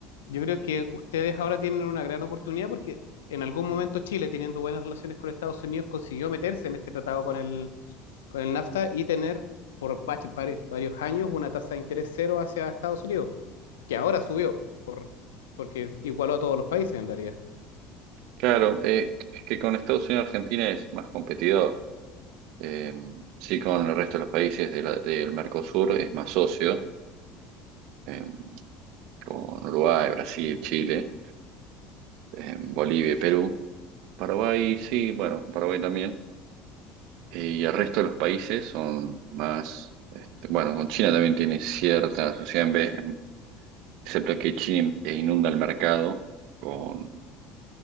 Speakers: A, on the left (about 80°); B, on the right (about 65°).
A: Yo creo que ustedes ahora tienen una gran oportunidad porque en algún momento Chile, teniendo buenas relaciones con Estados Unidos, consiguió meterse en este tratado con el, con el NAFTA y tener por pa- vari- varios años una tasa de interés cero hacia Estados Unidos, que ahora subió por, porque igualó a todos los países en realidad.
B: Claro, eh, que con Estados Unidos Argentina es más competidor. Eh, sí, con el resto de los países de la- del Mercosur es más socio. em, con Uruguay, Brasil, Chile, eh, Bolivia, y Perú, Paraguay, sí, bueno, Paraguay también, Eh, y el resto de los países son más, este, bueno, con China también tiene cierta sociedad, en vez- en- excepto que China inunda el mercado con,